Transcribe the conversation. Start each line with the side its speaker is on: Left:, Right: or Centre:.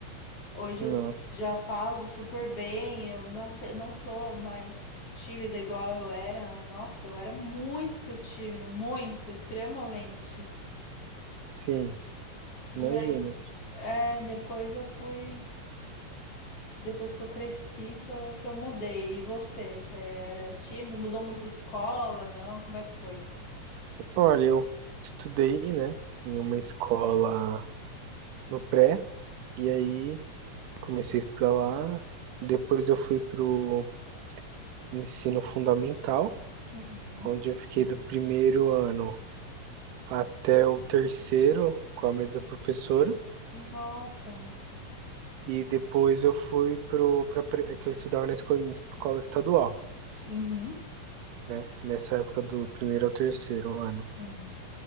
Left: Hoje
Right: Não,
Left: eu já falo super bem, eu não, te... não sou mais tímida igual eu era. Nossa, eu era muito tímida, muito, extremamente.
Right: sim,
Left: E
Right: imagino.
Left: aí, é, depois eu fui. depois que eu cresci que eu, que eu mudei. E você? Você era tímido? Mudou muito de escola? Não? Como é que foi?
Right: Olha, eu estudei, né, em uma escola no pré, e aí comecei a estudar lá. Depois eu fui pro ensino fundamental,
Left: Uhum.
Right: onde eu fiquei do primeiro ano até o terceiro com a mesma professora.
Left: Nossa,
Right: E depois eu fui pro para que eu estudava na escola, escola estadual,
Left: Uhum.
Right: né? Nessa época do primeiro ao terceiro ano.
Left: sim.